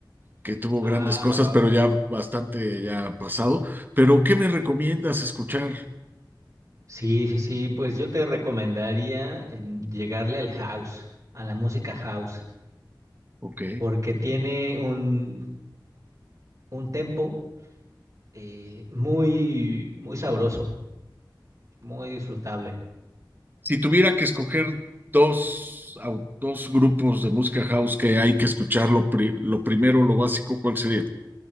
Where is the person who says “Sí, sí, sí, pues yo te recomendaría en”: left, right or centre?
Right